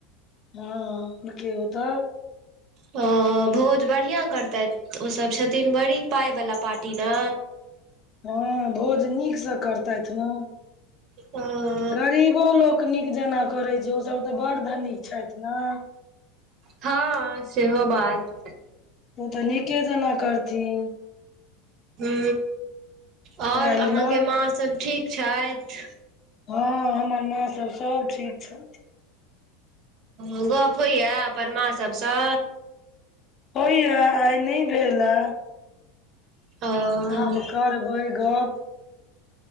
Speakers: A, on the left (about 40°); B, on the right (about 50°).
A: हँ हुनके ओतऽ
B: ह भोज बढ़िआं करतैथ। तऽ ओ सभ छथिन बड़ी पाइवला पार्टी ने।
A: हँ भोज नीकसँ करतथि ने।
B: ह।
A: गरीबो लोक नीक जेना करै छै ओसभ तऽ बड़ धनीक छथि ने।
B: हँ सेहो बात।
A: तो तऽ नीके जेना करथिन।
B: हू आओर
A: काल्हि
B: अहाँके
A: नओ
B: माँ सभ ठीक छथि।
A: हँ हमर माँ सब सब ठीक छथि।
B: ओ गप होइया अपन माँ सबसँ।
A: हो या आइ नहि भेल ह
B: ओ
A: आब कर होइ गप।